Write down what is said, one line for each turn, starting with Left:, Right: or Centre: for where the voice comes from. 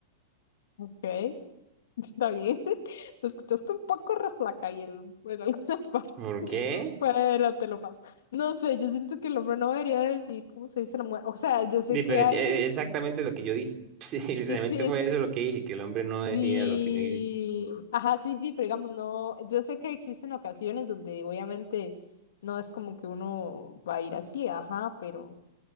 Left: ok, <laughs> está bien. <laughs> Te escuchaste un poco reflaca ahí en, en algunas partes,
Right: ¿Por
Left: <laughs>
Right: qué?
Left: pero te lo paso. No sé, yo siento que el hombre no debería decir cómo se dice la mujer. O sea, yo sé
Right: Di,
Left: que
Right: pero eh,
Left: hay...
Right: exactamente lo que yo dije. <laughs> Sí, literalmente
Left: Sí,
Right: fue
Left: sí,
Right: eso lo que dije, que el hombre no decía
Left: sí,
Right: lo que le
Left: ajá, sí, sí, pero digamos, no, yo sé que existen ocasiones donde obviamente no es como que uno va a ir así, ajá, pero